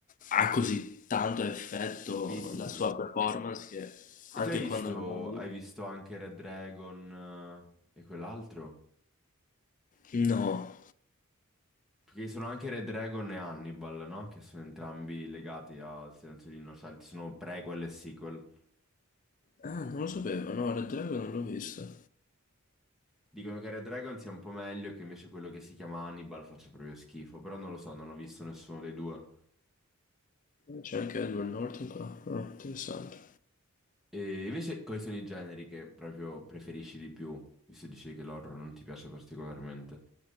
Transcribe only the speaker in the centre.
Sì, sì,
sì.
E tu
hai visto,
hai visto anche Red Dragon eh, e quell'altro?
Perché sono anche Red Dragon e Hannibal, no? Che sono entrambi legati al Silenzio degli Innocenti, sono prequel e sequel.
Dicono che Red Dragon sia un po' meglio e che invece quello che si chiama Hannibal faccia proprio schifo, però non lo so, non ho visto nessuno dei due.
E invece quali sono i generi che proprio preferisci di più, visto dicevi che l'horror non ti piace particolarmente?